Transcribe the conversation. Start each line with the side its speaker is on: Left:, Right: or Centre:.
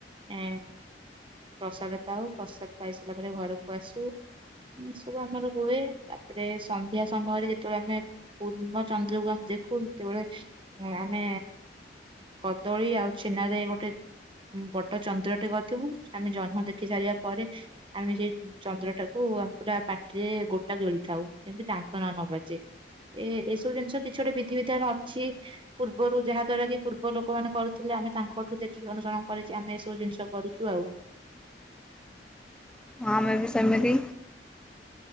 Right: ଏ ପ୍ରସାଦ ପାଉ ପ୍ରସାଦ ପାଇସାରିଲା ପରେ ଘରକୁ ଆସୁ ଏମିତି ସବୁ ଆମର ହୁଏ ତାପରେ ସନ୍ଧ୍ୟା ସମୟରେ ଯେତେବେଳେ ଆମେ ପୂର୍ଣ୍ଣ ଚନ୍ଦ୍ରକୁ ଆମେ ଦେଖୁ ଯେତେବେଳେ ଆମେ କଦଳୀ ଆଉ ଛେନାରେ ଗୋଟେ ବଡ ଚନ୍ଦ୍ରଟେ କରିଥିବୁ ଆମେ ଜହମ ଦେଖି ସାରିବା ପରେ ଆମେ ସେଇ ଚନ୍ଦ୍ରଟାକୁ ଆମେ ପୁରା ପାଟିରେ ଗୋଟା ଜଳିଥାଉ ଯେମିତି ଦାନ୍ତ ନ ନବାଜେ ଏ ଏସବୁ ଜିନିଷ କିଛି ଗୋଟେ ବିଧିିବିଧାନ ଅଛି ପୂର୍ବରୁ ଯାହା ଦ୍ଵାରା କି ପୂର୍ବ ଲୋକମାନୋନେ କରୁଥିଲେ ଆମେ ତାଙ୍କଠୁ ଦେଖିକି ଅନୁସରଣ କରିଛ ଆମେ ଏସବୁ ଜିନିଷ କରୁଛୁ ଆଉ
Centre: ହଁ ମ ବି ସମତି
Right: ଏମିତି